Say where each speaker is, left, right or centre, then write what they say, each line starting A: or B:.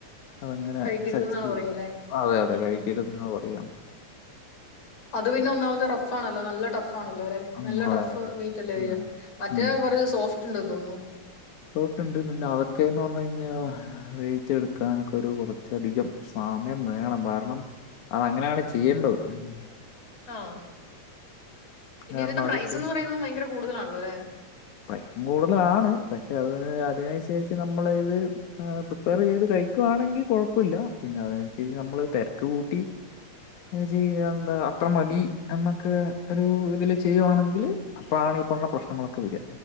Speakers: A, on the left; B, on the left.
A: അതങ്ങനെ
B: കഴിക്കരുത്
A: സജസ്റ്റ്
B: എന്നാണ്
A: ചെയില്ല
B: പറയുക അല്ലേ
A: അതെ അതെ കയ്ക്കര്ത്
B: ഉം
A: ന്നാപറയാ
B: അത് പിന്നൊന്നാമത് റഫാണല്ലോ നല്ല ടഫാണല്ലോലെ
A: അതെ
B: നല്ല ടഫ്
A: അതെ അതെ
B: മീറ്റല്ലേവെര
A: ഉം
B: മറ്റേ
A: ഉം
B: കൊർച്ച് സോഫ്റ്റ്ണ്ട്ന്ന് തോന്നുന്നു
A: സോഫ്റ്റ്ണ്ട് പിന്നതൊക്കേന്ന്
B: ഉം.
A: പറഞ്ഞ് കയ്ഞ്ഞാൽ അഹ് വേവിച്ചെടുക്കാനൊക്കൊരു കൊറച്ചധികം സമയം വേണം കാരണം അത് അങ്ങനെണ് ചെയ്യേണ്ടത് മ്മ് മ്മ്
B: ആഹ് പിന്നതിന്റെ
A: കാരണം
B: പ്രൈസന്ന്
A: അതിപ്പോ
B: പറയുന്നതും ഭയങ്കര കൂടുതലാണല്ലോല്ലേ
A: പ്രൈസും കൂടുതലാണ് പക്ഷെ അത് അതിനനുസരിച്ച് നമ്മള് ഇത് അഹ് പ്രിപ്പേർ ചെയ്ത് കഴിക്കുവാണെങ്കില് കൊഴപ്പല്ല പിന്നെ അതൻസരിച്ച് നമ്മള് തെരക്ക് കൂട്ടി ച്ചത് ന്താ അത്രമതി എന്നൊക്കെ ഒരു ഇതില് ചെയ്യുവാണെങ്കില് അപ്പാളാണ് ഈ പറഞ്ഞ പ്രശ്നങ്ങളൊക്കെ വെര